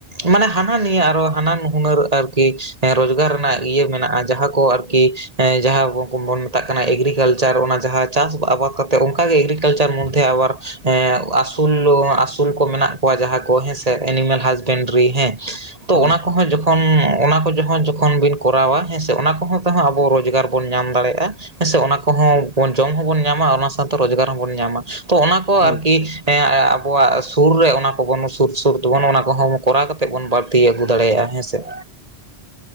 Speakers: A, on the right (about 35°); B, on the left (about 70°).
A: ᱢᱟᱱᱮ ᱦᱟᱱᱟ ᱱᱤᱭᱟᱹ ᱟᱨᱚ ᱦᱟᱱᱟ ᱦᱩᱱᱟᱹᱨ ᱟᱨᱠᱤ, ᱦᱮᱸ ᱨᱳᱡᱽᱜᱟᱨ ᱨᱮᱱᱟᱜ ᱤᱭᱟᱹ ᱢᱮᱱᱟᱜᱼᱟ, ᱡᱟᱦᱟᱸ ᱠᱚ ᱟᱨᱠᱤ ᱡᱟᱦᱟᱸ ᱠᱚ ᱠᱚ ᱵᱚᱱ ᱢᱮᱛᱟᱜ ᱠᱟᱱᱟ ᱮᱜᱽᱨᱤᱠᱟᱞᱪᱟᱨ ᱚᱱᱟ ᱡᱟᱦᱟᱸ ᱾ ᱪᱟᱥ ᱟᱵᱟᱫᱽ ᱠᱟᱛᱮ ᱚᱝᱠᱟᱜᱮ ᱮᱜᱽᱨᱤᱠᱟᱞᱪᱟᱨ ᱢᱚᱫᱽᱫᱷᱮ ᱟᱵᱟᱨ ᱮᱸ ᱟᱹᱥᱩᱞ ᱟᱹᱥᱩᱞ ᱠᱚ ᱢᱮᱱᱟᱜ ᱠᱚᱣᱟ ᱡᱟᱦᱟᱸ ᱠᱚ ᱦᱮᱸᱥᱮ ᱮᱱᱤᱢᱮᱞ ᱦᱟᱥᱵᱮᱱᱰᱨᱤ ᱦᱮᱸ ᱾ ᱛᱚ
B: ᱦᱳᱭ
A: ᱚᱱᱟ ᱠᱚᱦᱚᱸ
B: ᱦᱳᱭ ᱦᱳᱭ
A: ᱡᱚᱠᱷᱚᱱ ᱚᱱᱟ ᱠᱚ ᱡᱚᱦᱠᱷᱚ ᱡᱚᱠᱷᱚᱱ ᱵᱤᱱ ᱠᱚᱨᱟᱣᱟ ᱦᱮᱸ ᱥᱮ ᱚᱱᱟ ᱠᱚᱦᱚᱸ ᱛᱮᱦᱚᱸ ᱟᱵᱚ ᱨᱚᱡᱽᱜᱟᱨ ᱵᱚᱱ ᱧᱟᱢ ᱫᱟᱲᱮᱭᱟᱜᱼᱟ, ᱦᱮᱸ ᱥᱮ, ᱚᱱᱟ ᱠᱚᱦᱚᱸ ᱵᱚᱱ ᱡᱚᱢ ᱦᱚᱸᱵᱚᱱ ᱧᱟᱢᱟ ᱚᱱᱟ ᱥᱟᱶᱛᱮ ᱨᱳᱡᱽᱜᱟᱨ ᱦᱚᱸᱵᱚᱱ ᱧᱟᱢᱟ, ᱛᱚ ᱚᱱᱟ ᱠᱚ
B: ᱦᱳᱭ
A: ᱟᱨᱠᱤ,
B: ᱜᱚᱝᱠᱮ
A: ᱦᱮᱸ ᱟᱵᱚᱣᱟᱜ ᱥᱩᱨ ᱨᱮ ᱚᱱᱟ ᱠᱚᱵᱚᱱ ᱥᱩᱨ ᱥᱩᱨ ᱛᱮᱵᱚᱱ ᱚᱱᱟ ᱠᱚᱦᱚᱸ ᱠᱚᱨᱟᱣ ᱠᱟᱛᱮ ᱵᱚᱱ ᱵᱟ ᱛᱤ ᱟᱹᱜᱩ ᱫᱟᱲᱮᱭᱟᱜᱼᱟ ᱦᱮᱸᱥᱮ,